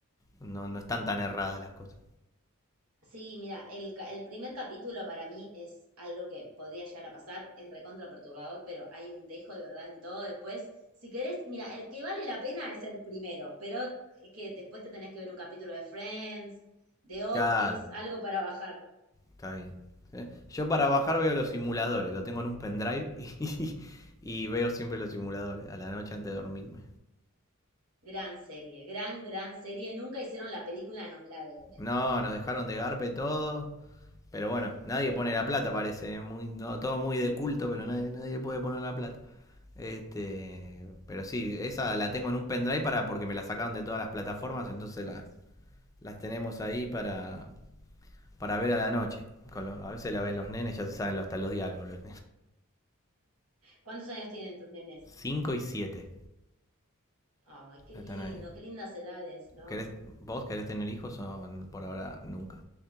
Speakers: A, on the left (about 15°); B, on the right (about 80°).
A: no, no están tan erradas las cosas.
B: Sí, mira, el, ca- el primer capítulo para mí es algo que podría llegar a pasar, es recontra perturbador, pero hay un dejo de verdad en todo después. Si querés, mira, el que vale la pena es el primero, pero es que después te tenés que ver un capítulo de Friends, de Office,
A: Claro,
B: algo para bajar.
A: está bien. ¿sí? Yo para bajar veo los simuladores, lo tengo en un pendrive <laughs> y, y veo siempre los simuladores a la noche antes de dormirme.
B: Gran serie, gran, gran serie. Nunca hicieron la película, nos la deben.
A: No, nos dejaron de garpe todo, pero bueno, nadie pone la plata parece, ¿eh? muy, no, todo muy de culto, pero nadie, nadie puede poner la plata. Este, pero sí, esa la tengo en un pendrive para porque me la sacaron de todas las plataformas, entonces las, las tenemos ahí para, para ver a la noche. Con lo- a veces la ven los nenes, ya se saben lo- hasta los diálogos. Los
B: ¿Cuántos años tienen tus nenes?
A: 5 y 7
B: Ay, qué lindo,
A: están ahí.
B: qué lindas edades, ¿no?
A: ¿Querés, ¿Vos querés tener hijos o por ahora nunca?